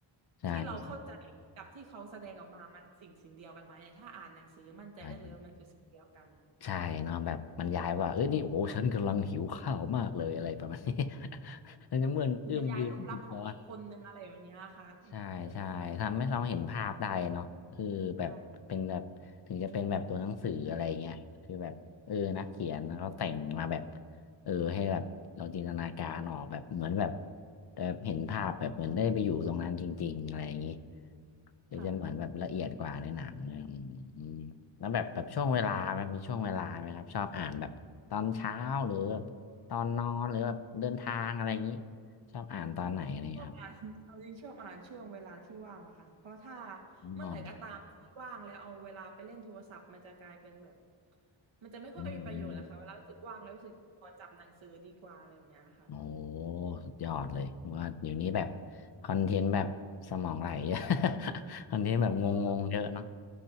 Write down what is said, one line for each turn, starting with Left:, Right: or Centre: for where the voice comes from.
Left: ใช่
Right: ที่เราเข้าใจกับที่เขาแสดงออกมามันสิ่งสิ่งเดียวกันไหมแต่ถ้าอ่านหนังสือมั่นใจได้เลยว่ามันคือสิ่งเดียวกัน
Left: ใช่ใช่เนาะแบบมันย้ายว่า เอ้ย นี่ โอ้ฉันกำลังหิว ข้าว มาก เลย อะไร ประมาณนี้ <laughs> ฉันจะเมื่อนเอื้อมยืมหยิบร้อน
Right: หรือบรรยายรูปลักษณ์ของอีกคนนึงอะไรแบบเนี้ยค่ะเออมันก็จะแบบ
Left: ใช่ใช่ทำให้เราเห็นภาพได้เนาะเออแบบเป็นแบบถึงจะเป็นแบบตัวหนังสืออะไรเงี้ยคือแบบเออนักเขียนแล้แต่งมาแบบ
Right: ใช่
Left: เออให้แบบเราจินตนาการออกแบบเหมือนแบบแบบเห็นภาพแบบเหมือนได้ไปอยู่ตรงนั้นจริงๆอะไรอย่างนี้หรือจะเหมือนแบบละเอียดกว่าในหนังเนี่ยอืมอืมแล้วแบบแบบช่วงเวลาแบบมีช่วงเวลาไหมครับชอบอ่านแบบตอนเช้าหรือแบบตอนนอนหรือแบบเดินทางอะไรอย่างนี้
Right: ค่ะอื
Left: ชอบอ่านตอนไหนอะไรอย่างงี้ครั
Right: ชอบอ่าน <laughs> เอาจริงชอบอ่านช่วงเวลาที่ว่างอะค่ะเพราะถ้า
Left: บ
Right: เมื่อไหร่ก็ตามที่ว่างแล้วเอาเวลาไปเล่นโทรศัพท์มันจะกลายเป็นแบบมันจะไม่ค่อยมีประโยชน์อะค่ะเวลารู้สึกว่างแล้วรู้สึกขอจับหนังสือดีกว่าอะไรแบบเนี้ยค่ะ
Left: อืมอืมโอ้สุดยอดเลยว่าเดี๋ยวนี้แบบคอนเทนต์แบบสมองไหล <laughs> คอนเทนต์แบบงงๆเยอะเนาะ
Right: คือ